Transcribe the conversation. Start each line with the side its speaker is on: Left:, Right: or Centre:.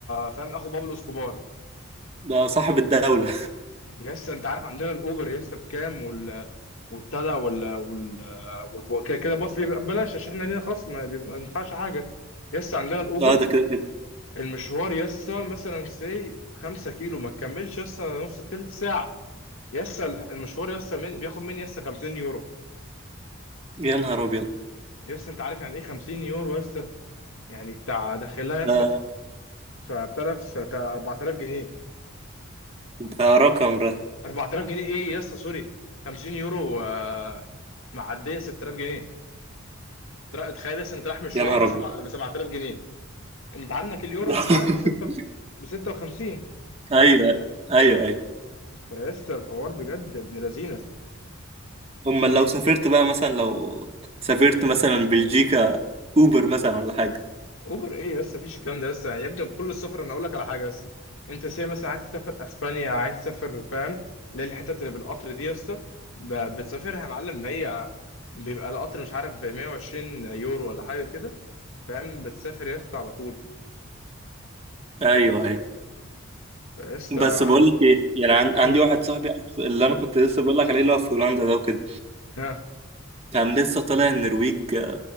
Left: فاهم اخو بابلو اسكوبار
Right: ده صاحب الدولة
Left: يس انت عارف عندنا الاوبر يس بكام وال والبتاع ده وال وال والب- كده كده باص بيبقى ببلاش عشان احنا لينا خصم ما بيبقى- ما ينفعش حاجه يس عندنا الاوبر
Right: <laughs> اه ده كده كده
Left: المشوار يس مثلا سي 5 كيلو ما تكملش يس نص تلت ساعه يس المشوار يس من بياخد مني يس 50 يورو
Right: يا نهار ابيض
Left: يس انت عارف يعني ايه 50 يورو يس يعني بتاع داخلها يس
Right: ده
Left: فبتعرف 4000 جنيه
Right: ده رقم ده
Left: 4000 جنيه ايه يس سوري 50 يورو آه، معديه 6000 جنيه ترا- تخيل لسه انت رايح مشوار
Right: يا نهار
Left: ب
Right: ابيض
Left: 7000 جنيه انت عندك اليورو
Right: <laughs>
Left: مش عارف ب 6 ب 56
Right: ايوه ايوه ايوه
Left: فلسه الحوار بجد ابن لذينه
Right: امال لو سافرت بقى مثلا لو سافرت مثلا بلجيكا اوبر مثلا ولا حاجه
Left: اوبر ايه لسه مفيش الكلام ده لسه يبدو كل السفر انا اقول لك على حاجه لسه انت سي مثلا عايز تسافر اسبانيا عايز تسافر فاهم للحتت اللي بالقطر دي لسه ب- بتسافرها يا معلم هي بيبقى القطر مش عارف ب 120 يورو ولا حاجه كده فاهم بتسافر يا اسطى على طول
Right: ايوه ايوه
Left: يا اسطى
Right: بس بقول لك ايه يعني عن... عندي
Left: مم.
Right: واحد صاحبي اللي انا كنت لسه بقول لك عليه اللي هو في هولندا ده وكده
Left: ها
Right: كان لسه طالع النرويج